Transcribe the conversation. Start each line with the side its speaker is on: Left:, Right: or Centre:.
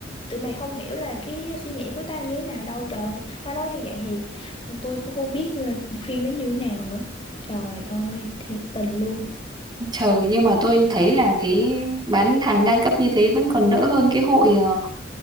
Left: tụi mày không hiểu là cái suy nghĩ của tao như thế nào đâu trời. Nó nói như vậy thì tôi cũng không biết là khuyên nó như thế nào nữa. Trời ơi, thiệt tình luôn.
Right: trời nhưng mà tôi thấy là cái bán hàng đa cấp như thế vẫn còn đỡ hơn cái hội ờ,